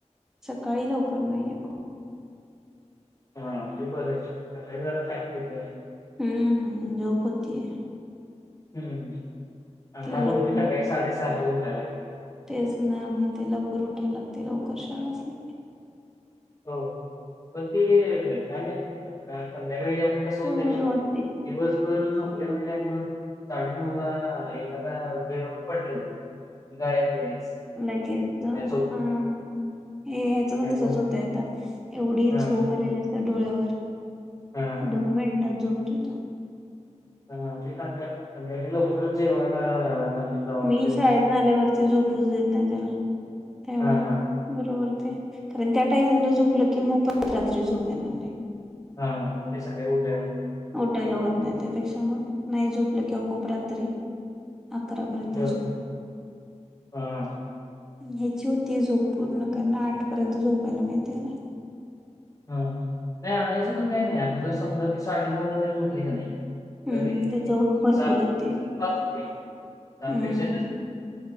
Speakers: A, in the centre; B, on the left.
A: सकाळी लवकर नाहीये
B: हा ते बरं आहे सकाळी जरा
A: हम्म झोप होती ये
B: हम्म
A: लवकर
B: रोज सकाळी साडेसहाला उठता का तुम्ही?
A: तेच ना मध्ये लवकर उठाया लागते लवकर शाळा असली की
B: हो पण ते काही नाही संध्याकाळी ते आता कस होतय
A: सवय होती
B: दिवसभर झोपले म्हणजे साडे नऊ ला एकदा का बेडवर पडलं जायाचं नाही
A: लगेच जाऊ
B: झोप
A: हा हे ह्याचं पण
B: त्यामुळं
A: तसच होतंय आता एवढी
B: हां
A: झोप आलेली असते डोळ्यावर
B: हां हां.
A: दोन मिनिटात झोपतो तो
B: संध्याकाळी परत जेवायला जावा
A: मी
B: म्हणजे मग
A: शाळेत न आल्यावरती झोपूच देत नाही त्याला त्यामुळ
B: हां हां.
A: बरोबर ते कारण त्या टाइमिंगला झोपलं की मग परत रात्री झोप येणार नाही.
B: हा ह म ते सकाळी उठल्यावर
A: उठायला होत नाही त्यापेक्षा मग नाही झोपलं किंवा खूप रात्री अकरापर्यंत
B: बरोबर
A: झोप
B: हां
A: ह्याची होतीय झोप पूर्ण कारण आठ पर्यंत झोपायला मिळतय ना
B: हा नाही आम्ही असं पण काहीच नाही आता जर समजा ती साडे नऊला जरी झोपली का नाही
A: हम्म
B: तरी
A: ते झोप भरपूर
B: सात
A: होती
B: सातलाच उठेल त्यापेक्षा
A: हम्म